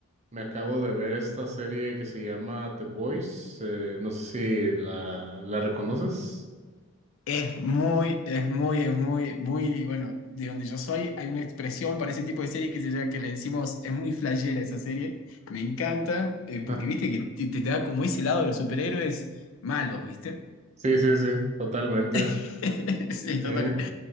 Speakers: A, on the right; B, on the left.
A: me acabo de ver esta serie que se llama The Boys, eh, no sé si la, la reconoces.
B: Es muy, es muy, es muy, muy, bueno, de donde yo soy hay una expresión para ese tipo de serie que, se llama, que le decimos, es muy flashera esa serie. Me encanta, eh, porque
A: Ah,
B: viste que te, te da como ese lado de los superhéroes malos, ¿viste?
A: sí, sí, sí, totalmente.
B: <laughs> Sí, total.
A: Eh,